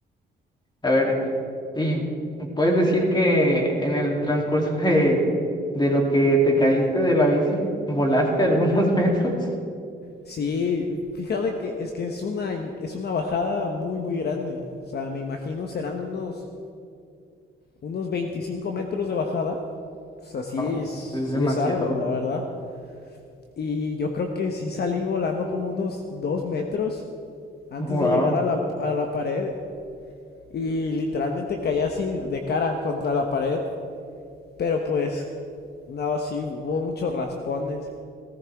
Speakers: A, on the left; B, on the left.
A: A ver, ¿y puedes decir que en el transcurso <laughs> de, de lo que te caíste de la bici, volaste algunos <laughs> metros?
B: Sí, fíjate que es que es una, in- es una bajada muy, muy grande. O sea, me imagino serán unos, unos 25 metros de bajada. O sea, sí,
A: Oh,
B: es-
A: pues
B: sí
A: es demasiado.
B: es algo, la verdad. Y yo creo que sí salí volando como unos 2 metros antes
A: Wow.
B: de llegar a la, a la pared. Y literalmente caí así de cara contra la pared. Pero pues, no, sí, hubo muchos raspones.